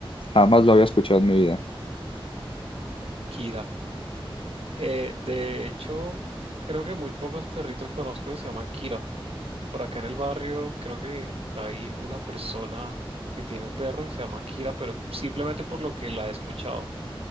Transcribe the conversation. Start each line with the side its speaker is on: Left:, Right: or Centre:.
Left: jamás lo había escuchado en mi vida.
Right: Kira. Eh, de hecho, creo que muy pocos perritos conozco que se llaman Kira. Por acá en el barrio, creo que hay una persona que tiene un perro que se llama Kira, pero simplemente por lo que la he escuchado.